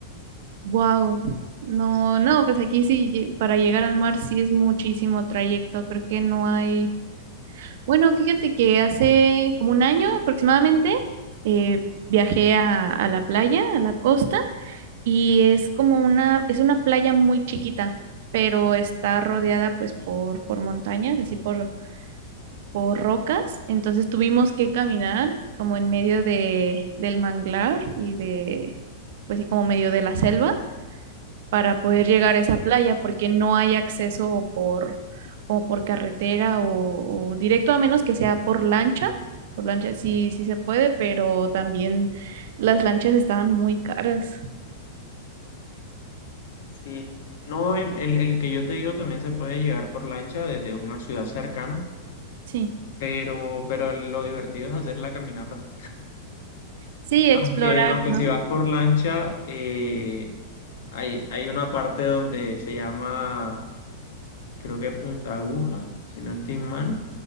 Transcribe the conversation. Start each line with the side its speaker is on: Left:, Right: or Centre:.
Right: Wow. No,
Left: Sí,
Right: no, pues aquí sí, lle- para llegar al mar sí es muchísimo trayecto, creo que no hay. Bueno, fíjate que hace como un año aproximadamente eh, viajé a, a la playa, a la costa. y es como una, es una playa muy chiquita, pero está rodeada pues por, por montañas, así por, por rocas, entonces tuvimos que caminar como en medio de, del manglar y de, pues sí, como medio de la selva para
Left: sí,
Right: poder llegar a esa playa porque no hay acceso o por, o por carretera o, o directo a menos que sea por lancha, por lancha sí, sí se puede, pero también las lanchas estaban muy caras.
Left: mm, sí. No, el, el, el que yo te digo también se puede llegar por lancha desde una ciudad cercana,
Right: Sí.
Left: pero, pero lo divertido es hacer la caminata.
Right: Sí, explorar,
Left: Aunque, aunque
Right: ¿no?
Left: si vas por lancha, eh, hay, hay una parte donde se llama, creo que Punta Aguja, si no estoy mal,